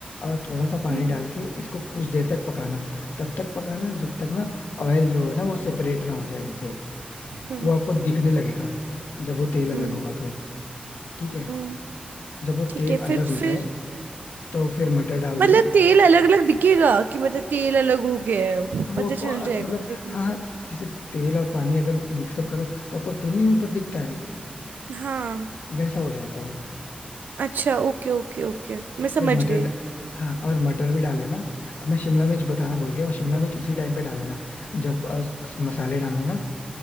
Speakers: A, on the left; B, on the right.
A: और थोड़ा सा
B: हम्म
A: पानी डाल के इसको कुछ देर तक पकाना तब तक पकाना जब तक ना ऑयल जो है ना वो सेपरेट ना हो जाए इनसे
B: हम्म
A: वो आपको दिखने लगेगा जब वो तेल अलग
B: हम्म
A: होगा तो ठीक है
B: हम्म।
A: जब वो
B: ठीक
A: तेल
B: है
A: अलग
B: फिर
A: हो
B: फिर
A: जाए तो फिर मटर डाल देना
B: मतलब तेल अलग अलग दिखेगा कि मतलब तेल अलग हो गया है
A: हाँ वो
B: पता
A: आपको
B: चल
A: अ,
B: जाएगा
A: मतलब
B: देखने
A: हाँ
B: से
A: हाँ, जैसे तेल और पानी अगर मिक्सअप करो तो आपको तेल नहीं ऊपर दिखता है
B: हाँ
A: वैसा हो जाएगा वो
B: अच्छा ओके ओके ओके मैं
A: और फिर
B: समझ
A: मटर
B: गई
A: हाँ और मटर भी डाल लेना अब मैं शिमला मिर्च बताना भूल गया वो शिमला मिर्च उसी टाइम पे डाल लेना जब अ, स- मसाले डालना ना